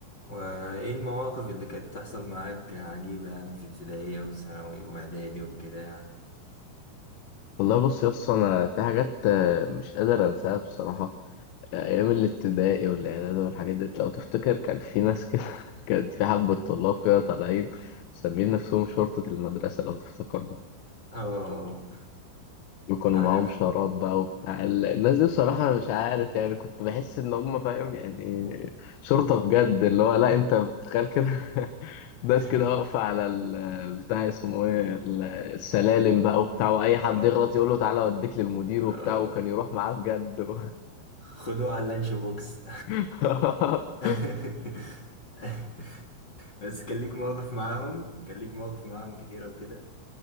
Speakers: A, on the left (about 45°); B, on the left (about 85°).
A: وإيه المواقف اللي كانت بتحصل معاك عجيبة يعني في ابتدائية وثانوي وإعدادي وكده يعني
B: والله بص يا اسطى انا في حاجات آه، مش قادر انساها بصراحه آه، ايام الابتدائي والاعدادي والحاجات دي لو تفتكر كان في ناس كده <laughs> كان في حبه طلاب كده طالعين مسميين نفسهم شرطه المدرسه لو تفتكرهم
A: اه
B: وكانوا
A: عارف
B: معاهم شارات بقى وبتاع ال- الناس دي بصراحه انا مش عارف يعني كنت بحس ان هم فاهم يعني شرطه بجد اللي هو لا انت بتخيل كده <laughs>
A: <laughs>
B: ناس كده واقفة على البتاع اسمه ايه ال- السلالم بقى وبتاع واي حد
A: اه
B: يغلط يقول له تعالى اوديك للمدير وبتاع
A: آه.
B: وكان يروح معاه بجد و...
A: خدوه على اللانش بوكس
B: <laughs>
A: <laughs> بس كان ليك مواقف معاهم كان ليك مواقف معاهم كتيرة وكده